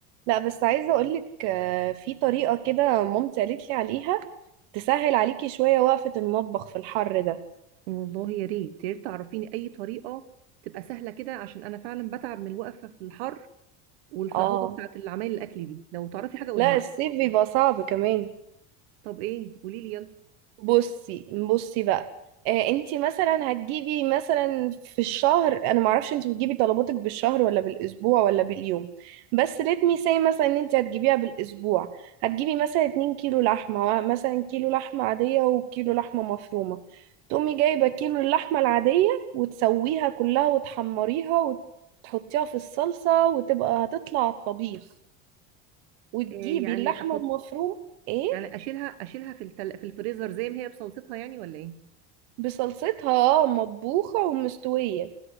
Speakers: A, on the right (about 60°); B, on the right (about 80°).
A: لا بس عايزة أقولك آه، في طريقة كده مامتي قالت لي عليها تسهل عليكي شوية وقفة المطبخ في الحر ده
B: والله يا ريت يا ريت تعرفيني اي طريقه تبقى سهله كده عشان انا فعلا بتعب من الوقفه في الحر والفرهده
A: اه
B: بتاعت العمايل الاكل دي لو تعرفي حاجه قولها
A: لا
B: لي
A: الصيف بيبقى صعب كمان
B: طب ايه قولي لي يلا
A: بصي بصي بقى آه انتي مثلا هتجيبي مثلا في الشهر انا معرفش انتي بتجيبي طلباتك بالشهر ولا بالاسبوع ولا باليوم بس let me say مثلا ان انتي هتجيبيها بالاسبوع هتجيبي مثلا 2 كيلو لحمه مثلا كيلو لحمه عاديه وكيلو لحمه مفرومه تقومي جايبه كيلو اللحمه العاديه وتسويها كلها وتحمريها وتحطيها في الصلصه وتبقى هتطلع على الطبيخ وتجيبي
B: إيه يعني
A: اللحمه
B: احط
A: المفروم ايه
B: يعني اشيلها اشيلها في التل... في الفريزر زي ما هي بصلصتها يعني ولا ايه
A: بصلصتها اه مطبوخه ومستويه